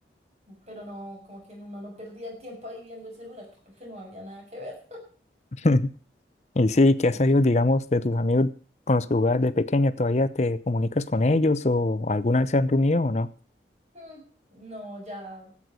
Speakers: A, on the right (about 40°); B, on the left (about 40°).
A: pero no, como que uno no perdía el tiempo ahí viendo el celular, pues, porque no había nada que ver,
B: <laughs> Y
A: <laughs>
B: sí,
A: ¿cierto?
B: ¿qué has sabido, digamos, de tus amigos con los que jugabas de pequeña? ¿Todavía te comunicas con ellos o alguna vez se han reunido o no?
A: Mm, No, ya.